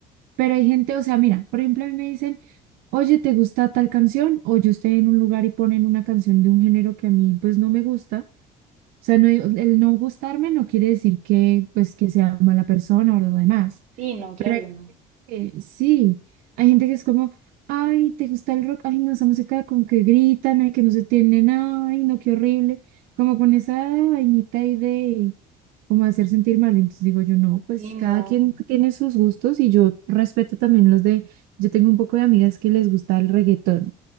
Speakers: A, on the right; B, on the right.
A: pero hay gente, o sea, mira, por ejemplo, a mí me dicen, oye, ¿te gusta tal canción? O yo estoy en un lugar y ponen una canción de un género que a mí pues no me gusta. O sea, no, digo- el no gustarme no quiere decir que, pues, que sea mala persona o lo demás.
B: sí, no, claro
A: Pero hay
B: que no.
A: gente que sí, hay gente que es como, ay, ¿te gusta el rock? Ay, no, esa música con que gritan, ay, que no se tienen, ay, no, qué horrible. Como con esa vainita ahí de como hacer sentir mal. Entonces digo yo, no, pues
B: Sí, no.
A: cada quien tiene sus gustos y yo respeto también los de, yo tengo un poco de amigas que les gusta el reggaetón.